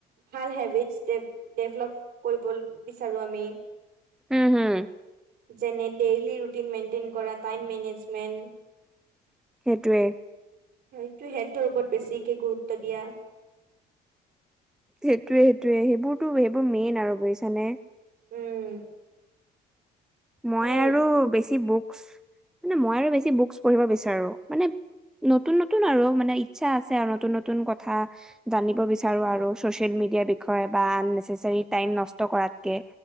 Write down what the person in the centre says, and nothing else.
উম', হম।
সেইটোৱে।
সেইটোয়ে সেইটোয়ে সেইবোৰতো সেইবোৰ মেইন আৰু বুজিছানে?
মই
আৰু বেছি বুক মই মানে আৰু বেছি বুকচ পঢ়িব বিচাৰো মানে নতুন নতুন আৰু মানে ইচ্ছা আছে আৰু নতুন নতুন কথা জানিব বিচাৰো আৰু চচিয়েল ইয়াৰ বিষয় বা আননেচেৰী টাইম নষ্ট কৰাত কে